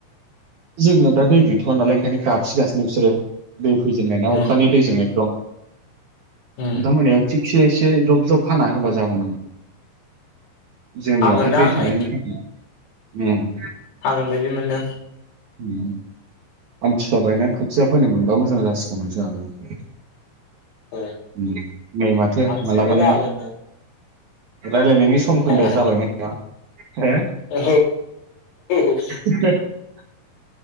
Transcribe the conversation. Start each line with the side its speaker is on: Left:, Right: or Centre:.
Right: जोंनियाव दा दै गैथ'वा नालाय ओंखायनो गाबसिगासिनो बिसोरो दै फैजेननायना
Left: उम
Right: अखानि दैजों एकदम।
Left: उम
Right: दा मोनायाव थिगसे एसे जब जब हाना होबा जागौमोन। जोंनियावहाय
Left: हागोनदां
Right: दै थानायनि
Left: नै
Right: थाखाय ओम
Left: हागोन बायदि मोनदों।
Right: ओम आमथि सुवा बायना खोथिया फोनो मोनबा मोजां जासिगौमोन जोंहाबो।
Left: औ
Right: ओम नै माथो
Left: आमथिसुवायाथ'
Right: मालाबानो।
Left: जागोननो
Right: रायलायनायनि समखोन्दोआ
Left: टाइमा
Right: जाबायमोनना
Left: औ औ
Right: <unintelligible> हो <unintelligible>